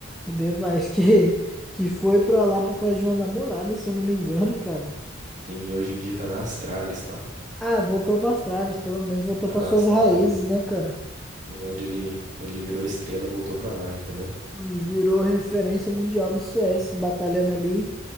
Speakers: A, in the centre; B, on the right (about 35°).
A: O Device <laughs> que, que foi pra lá por causa de uma namorada, se eu não me engano, cara.
B: Sim, hoje em dia tá na Astralis, tá?
A: Ah, voltou pra Astralis, pelo menos voltou
B: Tá
A: para
B: na
A: suas
B: Astralis.
A: raízes, né, cara?
B: Sim, onde ele, ele virou estrela, voltou pra lá, entendeu?
A: Onde virou referência mundial do CS, batalhando ali